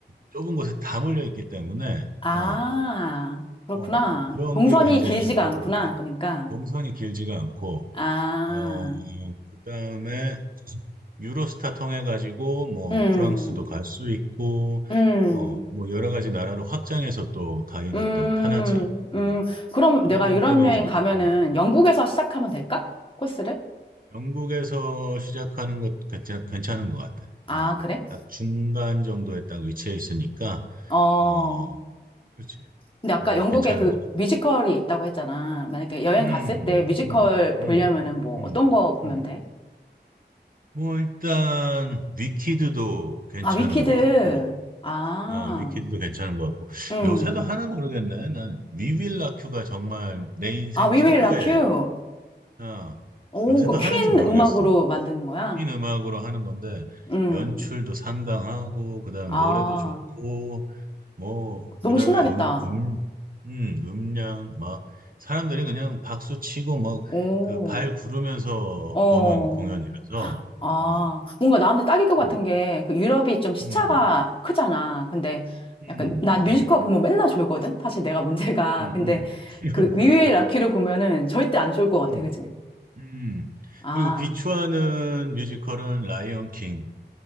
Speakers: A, on the right; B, on the left.
A: 좁은 곳에 다 몰려 있기 때문에
B: 아,
A: 어,
B: 그렇구나.
A: 어, 그런
B: 동선이
A: 게 굉장히
B: 길지가
A: 좋고
B: 않구나. 그러니까.
A: 동선이 길지가 않고
B: 아,
A: 어, 그다음에 유로스타 통해 가지고 뭐
B: 음,
A: 프랑스도 갈 수 있고
B: 음,
A: 어, 뭐 여러 가지 나라로 확장해서 또 가기가
B: 음,
A: 또 편하지.
B: 음.
A: 응.
B: 그럼
A: 그런
B: 내가
A: 점
B: 유럽
A: 때문에
B: 여행
A: 이제
B: 가면은
A: 음,
B: 영국에서
A: 음.
B: 시작하면 될까? 코스를?
A: 영국에서 시작하는 것도 괜찮, 괜찮은 것 같아.
B: 아,
A: 어,
B: 그래?
A: 딱 중간 정도에 딱 위치해 있으니까,
B: 어.
A: 어, 그렇지.
B: 근데 아까
A: 그게
B: 영국에
A: 괜찮은
B: 그
A: 것 같아.
B: 뮤지컬이 있다고 했잖아. 만약에 여행
A: 음,
B: 갔을 때 뮤지컬
A: 음,
B: 보려면은
A: 음,
B: 뭐
A: 음,
B: 어떤 거 보면
A: 음. 음.
B: 돼?
A: 뭐, 일단, 위키드도 괜찮은
B: 아, 위키드.
A: 것 같고,
B: 아,
A: 아, 위키드도 괜찮은 것 같고,
B: 음.
A: 요새도 하나 모르겠네. 난 위윌라큐가 정말 내 인생
B: 아, We
A: 최고의,
B: Will Rock You.
A: 아,
B: 오,
A: 요새도
B: 그 퀸
A: 하는지 모르겠어.
B: 음악으로 만든 거야?
A: 핀 음악으로 하는 건데
B: 음.
A: 연출도 상당하고 그다음에
B: 아,
A: 노래도 좋고 뭐
B: 너무
A: 그다음에
B: 신나겠다.
A: 음, 음, 음, 음량 막 사람들이 그냥 박수 치고 막
B: 오,
A: 그 발 구르면서
B: 어.
A: 보는 공연이라서
B: 아,
A: 어,
B: 뭔가 나한테 딱일 것 같은
A: 음,
B: 게, 그 유럽이 좀 시차가
A: 음,
B: 크잖아. 근데
A: 음,
B: 약간, 난 뮤지컬
A: 음,
B: 보면 맨날 졸거든? 사실 내가 문제가.
A: 음,
B: 근데
A: 음. <laughs>
B: 그 위유의 라키를 보면은 절대 안 졸 것 같아,
A: 음,
B: 그지?
A: 음.
B: 아.
A: 그리고 비추하는 뮤지컬은 라이언 킹.